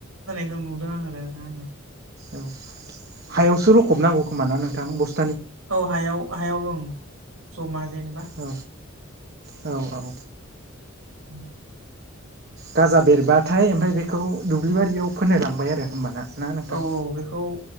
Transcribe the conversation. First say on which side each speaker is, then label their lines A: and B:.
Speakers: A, on the right; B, on the right.
A: ओं नुदों आरो ना आङो
B: औ हायावसो लखबनांगौ खोमा ना नोंथां बसथ
A: औ हायाव हायाव दं जमा जेनेबा
B: औ औ औ
A: <unintelligible>
B: गाजा बेरबाथाय ओमफाय बेखौ दुब्लि बारियाव फोनो लांबाय आरो होमबाना ना नोंथां
A: औ औ बेखौ